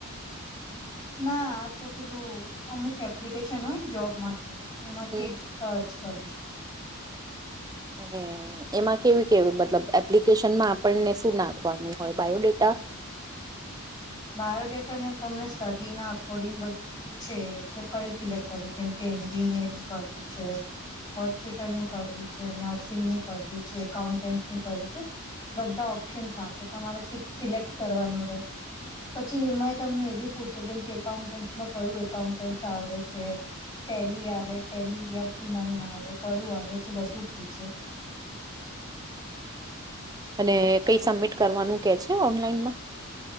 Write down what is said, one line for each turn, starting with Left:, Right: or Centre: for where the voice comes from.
Left: ના તો પેલું અમુક એપ્લિકેશન હોય ને જોબ માટે એમાંથી
Right: હમ
Left: સર્ચ કરી તી.
Right: <inaudible> નહીં. એમાં કેવી કેવી મતલબ એપ્લિકેશન માં આપણને શું નાખવાનું હોય બાયોડેટા?
Left: બાયોડેટા ને તમને સ્ટડી ના અકોર્ડિંગ બધું હું છે એટલે કયું સિલેક્ટ કરવું જેમ કે એન્જિનિયરિંગ કરવું છે. હોસ્પિટલની કરવી છે, નર્સિંગની કરવી છે, એકાઉન્ટન્સની કરવી છે બધા ઓપ્શન આપે તમારે સિ-સિલેક્ટ કરવાનું રે. પછી એમાંય તમને એ બી પૂછે જેમ કે એકાઉન્ટન્ટસમાં કયું એકાઉન્ટન્ટસ આવડે છે. ટેલી આવેે ટેલી યર પી નાઈને આવડે કયું આવે છે બધું પૂછે.
Right: અને કઈ સબમિટ કરવાનું કે છે ઓનલાઈનમાં?